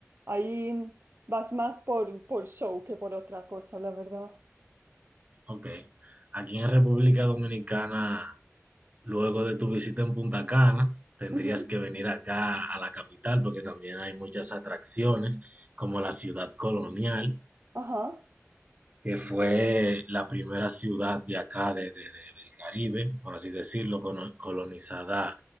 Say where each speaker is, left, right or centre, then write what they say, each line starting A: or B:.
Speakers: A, on the right; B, on the right.
A: Ahí vas más por, por show que por otra cosa, la verdad.
B: Okey. Aquí en República Dominicana, luego de tu visita en Punta Cana, tendrías
A: Ujú.
B: que venir acá a la capital, porque también hay muchas atracciones, como la Ciudad Colonial.
A: Ajá.
B: que fue la primera ciudad de acá, de, de- de- del Caribe, por así decirlo, cono- colonizada